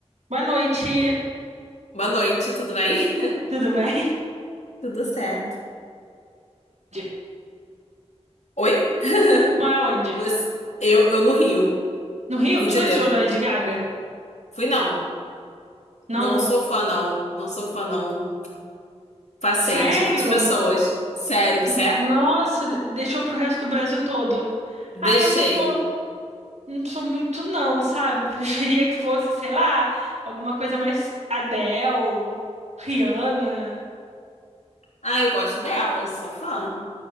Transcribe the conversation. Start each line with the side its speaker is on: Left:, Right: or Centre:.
Right: Boa noite,
Left: Boa noite, tudo bem?
Right: tudo bem?
Left: <laughs> Tudo certo.
Right: Tu
Left: Oi? <laughs>
Right: Mora onde?
Left: Você- Eu, eu no Rio,
Right: No Rio?
Left: Rio
Right: Tu
Left: de
Right: foi
Left: Janeiro.
Right: no show da Lady Gaga?
Left: Fui não.
Right: Não.
Left: Não sou fã, não. Não sou fã, não. Passei,
Right: Sério?
Left: deixei para outras pessoas. Sério, você
Right: N-
Left: é?
Right: Nossa, de- deixou pro resto do Brasil todo. Ah,
Left: Deixei.
Right: eu não sou, não sou muito não, sabe? Eu <laughs> preferia que fosse, sei lá, alguma coisa mais Adele, Rihanna.
Left: Ah, eu gosto delas, sou fã.